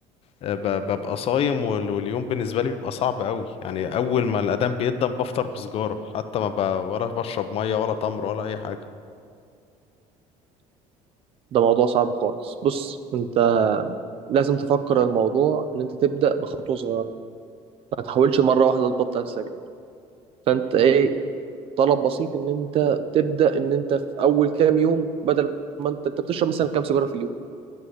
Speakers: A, on the left (about 45°); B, on the right (about 45°).
A: آه، ب- ببقى صايم وال- واليوم بالنسبة لي بيبقى صعب قوي يعني اول ما الاذان بيقدم بفطر بسجارة حتى ما ب... ولا بشرب مية ولا تمر ولا اي حاجة
B: ده موضوع صعب خالص بص انت لازم تفكر الموضوع ان انت تبدأ بخطوة صغيرة ما تحاولش مرة واحدة تبطل السجاير فانت ايه طلب بسيط ان انت تبدأ ان انت في اول كام يوم بدل ما انت انت بتشرب مثلا كام سيجارة في اليوم